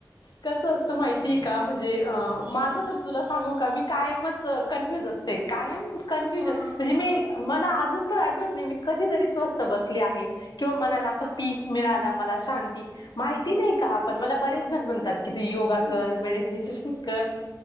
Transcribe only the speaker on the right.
हा
हा
अच्छा
हम्म
हम्म